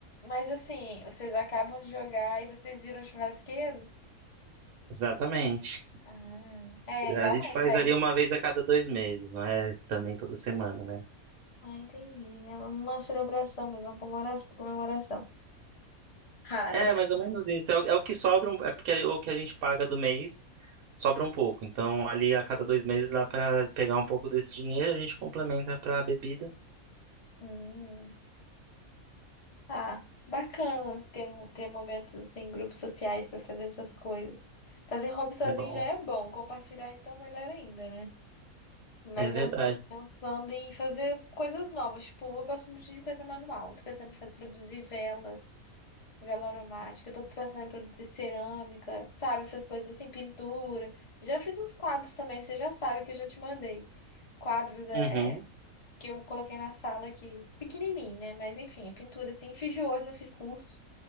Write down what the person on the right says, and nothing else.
Exatamente.
A gente faz
ali
uma vez a cada dois meses, não é também toda semana, né?
É, mais ou menos isso. É o, é o que sobra, um, é porque é o que a gente paga do mês sobra um pouco. Então, ali a cada dois meses dá pra pegar um pouco desse dinheiro, a gente complementa pra bebida.
É bom.
É verdade.
Uhum.